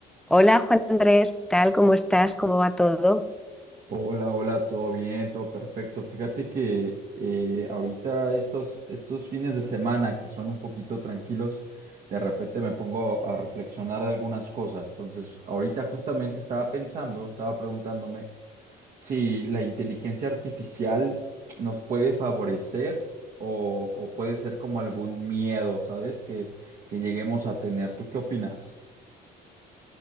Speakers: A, in the centre; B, on the right.
A: Hola Juan Andrés, ¿qué tal? ¿Cómo estás? ¿Cómo va todo?
B: Hola, hola, todo bien, todo perfecto. Fíjate que eh, ahorita estos, estos fines de semana que son un poquito tranquilos, de repente me pongo a, a reflexionar de algunas cosas. Entonces, ahorita justamente estaba pensando, estaba preguntándome si la inteligencia artificial nos puede favorecer o, o puede ser como algún miedo, ¿sabes? Que, que lleguemos a tener. ¿Tú qué opinas?